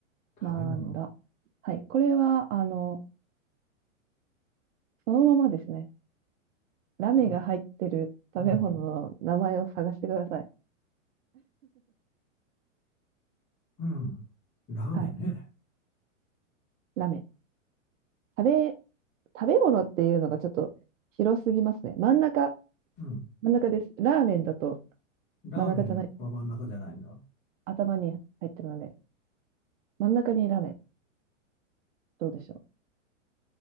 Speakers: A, on the left (about 20°); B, on the right (about 70°).
A: 食べ物。
B: なんだ。はい。これは、あの、そのままですね。ラメが入ってる食べ物の名前を探してください。
A: うん、うん、うん。ラーメンね。
B: はい。ラメ。食べ、食べ物っていうのがちょっと広すぎますね。真ん中、
A: うん。
B: 真ん中です。ラーメンだと
A: ラーメンは真ん中じゃないんだ。
B: 真ん中じゃない。頭に入ってるので、真ん中にラメ。どうでしょう。